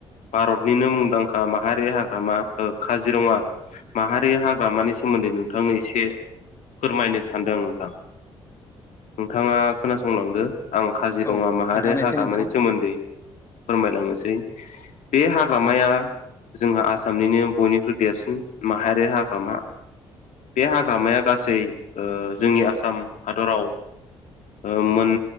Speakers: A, on the left (about 55°); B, on the left (about 20°).
A: भारतनिनो मुंदांखा माहारि हाग्रामा ओ काजिरङा माहारि हाग्रामानि सि सोमोन्दै नोंथांनो एसे फोरमायनो सानदों नोंथां नोंथाङा खोनासंलांदो आं काजिरङा
B: औ
A: माहारि
B: खोन्थानायसै
A: हाग्रामानि
B: नोंथां
A: सोमोन्दै फोरमायलांनोसै। बे हाग्रामाया जोंहा आसामनिनो बयनिख्रुइ देरसिन माहारि हाग्रामा बे हाग्रामाया गासै ओ जोंनि आसाम हादराव ओ मोन